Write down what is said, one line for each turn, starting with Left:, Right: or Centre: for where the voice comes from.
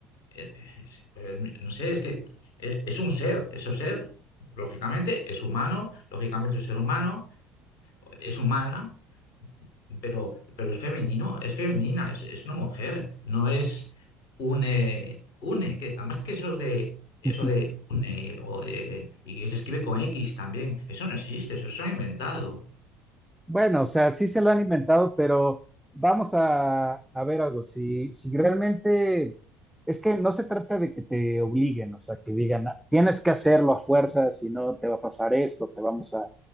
Left: eh, eh, es- eh, no sé, es que es, es un ser, eso ser, lógicamente es humano, lógicamente es un ser humano, es humana, pero, pero es femenino, es femenina, es, es una mujer, no es une, une, que además que eso de eso
Centre: <laughs>
Left: de une o de, y que se escribe con X también, eso no existe, eso se ha inventado.
Centre: Bueno, o sea, sí se lo han inventado, pero vamos a, a ver algo, si, si realmente... Es que no se trata de que te obliguen, o sea, que digan, "Ah, tienes que hacerlo a fuerza, si no te va a pasar esto, te vamos a,